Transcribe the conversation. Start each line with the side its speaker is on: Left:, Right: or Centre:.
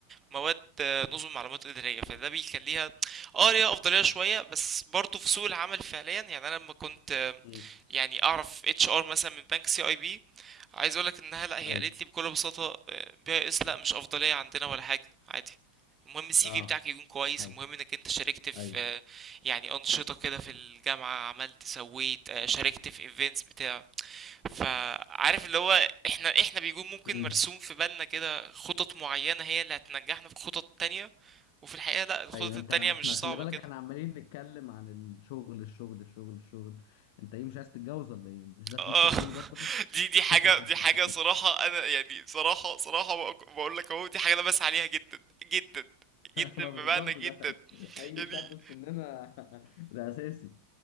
Right: مواد آه، نظم معلومات اداريه فده بيخليها اه ليها افضليه شويه بس برضه في سوق العمل فعليا يعني انا لما كنت آه،
Left: امم
Right: يعني اعرف اتش ار مثلا من بنك سي اي بي عايز اقولك انها لا هي
Left: ايوه
Right: قالت لي بكل بساطه آه، بي اس لا مش افضليه عندنا ولا حاجه عادي المهم السي
Left: اه
Right: في بتاعك يكون كويس
Left: عادي
Right: المهم انك انت شاركت في
Left: ايوه
Right: آه، يعني انشطه كده في الجامعه عملت سويت آه، شاركت في ايفنتس بتاع فعارف اللي هو احنا احنا بيكون ممكن
Left: امم
Right: مرسوم في بالنا كده خطط معينه هي اللي هتنجحنا في خطط تانية وفي الحقيقه لا الخطط
Left: ايوه
Right: التانية
Left: انت احنا
Right: مش
Left: خلي
Right: صعبه
Left: بالك
Right: كده
Left: احنا عمالين نتكلم عن الشغل الشغل الشغل الشغل انت ايه مش عايز تتجوز ولا ايه مش ده
Right: آه
Left: فيوتشر
Right: <laughs>
Left: جول برضه
Right: دي دي حاجة
Left: <laughs>
Right: دي حاجة صراحة أنا يعني صراحة صراحة بقول لك أهو دي حاجة أنا بسعى عليها جدا جدا جدا
Left: ما بالظبط
Right: بمعنى جدا
Left: ده اي
Right: يعني
Left: شاب في سننا <laughs> ده اساسي